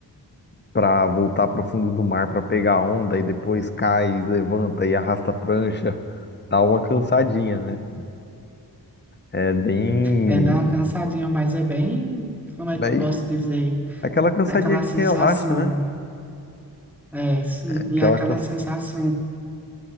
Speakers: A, on the left; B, in the centre.
A: para voltar para o fundo do mar para pegar onda e depois cai, levanta e arrasta a prancha, dá uma cansadinha, né? É, é bem.
B: É dar uma cansadinha, mas é bem, como é
A: Daí,
B: que eu posso dizer?
A: aquela cansadinha
B: Aquela
A: que
B: sensação,
A: relaxa, né?
B: é, sim,
A: Aquela
B: e aquela
A: cansa...
B: sensação